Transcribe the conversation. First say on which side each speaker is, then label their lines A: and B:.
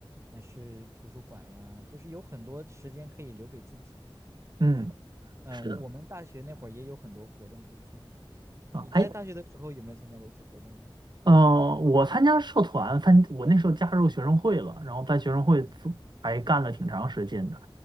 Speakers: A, on the right; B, on the right.
A: 还是图书馆呀，就是有很多时间可以留给自己，对吧？
B: 嗯，
A: 嗯，
B: 是的
A: 我我们大学那会儿也有很多活动可以参加。
B: 啊，
A: 你在大学的时候有没有参加过一些活动呢？
B: 哎，嗯，呃我参加社团，参我那时候加入学生会了，然后在学生会做还干了挺长时间的。